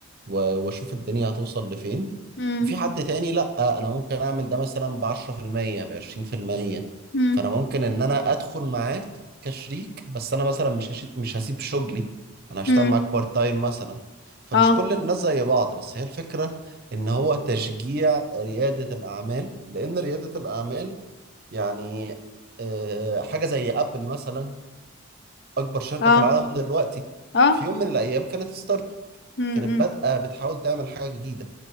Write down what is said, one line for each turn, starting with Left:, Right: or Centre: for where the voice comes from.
Right: و- وأشوف الدنيا هتوصل لفين
Left: مم.
Right: وفي حد تاني لا انا ممكن اعمل ده مثلا ب 10% ب 20%
Left: مم.
Right: فانا ممكن ان انا ادخل معاك كشريك بس انا مثلا مش هشي... مش هسيب شغلي انا هشتغل
Left: مم.
Right: معاك بارت تايم مثلا فمش
Left: اه
Right: كل الناس زي بعض بس هي الفكرة ان هو تشجيع ريادة الاعمال لان ريادة الاعمال يعني آه، حاجة زي ابل مثلا اكبر شركة
Left: اه
Right: في العالم دلوقتي
Left: اه
Right: في يوم من الايام كانت ستارت
Left: مم.
Right: كانت
Left: مم.
Right: بادئة بتحاول تعمل حاجة جديدة